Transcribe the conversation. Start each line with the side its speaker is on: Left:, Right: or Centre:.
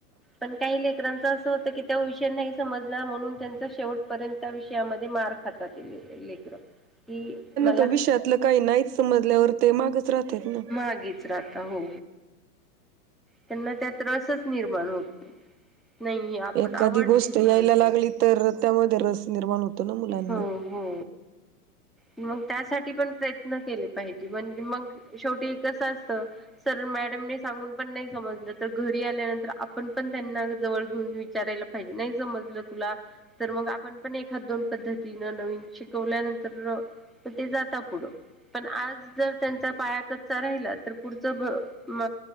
Centre: पण काही लेकरांच असं होतं की ते विषय नाही समजला म्हणून त्यांचा शेवटपर्यंत त्या विषयामध्ये मार्क खातात लेकर डं की मला
Right: ते विषयातलं काही नाहीच समजल्यावर ते मागच राहतेत ना.
Centre: मागेच राहत हो त्यांना त्यात रसंच निर्माण होत नाही. नाही आपण
Right: एखादी
Centre: आवड
Right: गोष्ट
Centre: निर्माण
Right: यायला
Centre: व्हायला
Right: लागली
Centre: पाहिजे.
Right: तर त्यामध्ये रस निर्माण होतो ना मुलांना.
Centre: हो हो. मग त्यासाठी पण प्रयत्न केले पाहिजे म्हणजे मग शेवटी कसं असतं सर मॅडमने सांगून पण नाही समजलं तर घरी आल्यानंतर आप ण पण त्यांना जवळ घेऊन विचारायला पाहिजे, नाही समजलं तुला? तर मग आपण पण एखादं दोन पद्धतीनं नवीन शिकवल्यानंतर तर ते जाता पुढं. पण आज जर त्यांचा पाया कच्चा राहिला तर पुढचं भ म